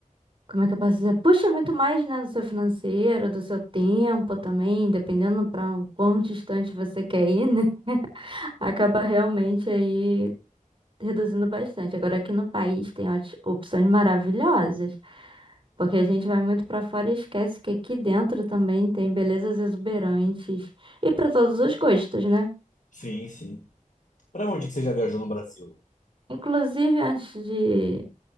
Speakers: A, on the right; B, on the left.
A: Como é que eu posso dizer? Puxa muito mais, né, do seu financeiro, do seu tempo também, dependendo para quão distante você quer ir, né? <laughs> Acaba realmente aí reduzindo bastante. Agora aqui no país tem óti- opções maravilhosas, porque a gente vai muito para fora e esquece que aqui dentro também tem belezas exuberantes e para todos os gostos, né?
B: Sim, sim. Para onde que você já viajou no Brasil?
A: Inclusive, antes de,